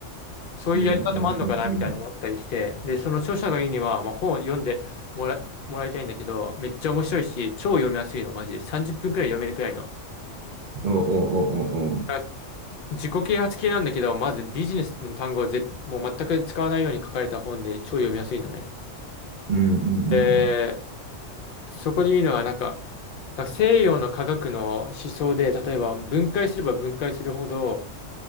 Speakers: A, on the left; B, on the right.
A: そういうやり方もあるのかな、
B: い。うん、うん、うん、
A: みたいな思ったりして、で、その著者が言うには、まあ、本を読んでもら、もらいたいんだけど、めっちゃ面白いし、超読みやすいの、マジで。30分くらい読めるくらいの。
B: うん。おおおおお。
A: なんか自己啓発系なんだけど、まずビジネスの単語をぜ、もう全く使わないように書かれた本で超読みやすいのね。
B: うん、うん、うん、
A: でそこで言うのは、なんか、なんか西洋の科学の思想で、例えば分解すれば分解するほど、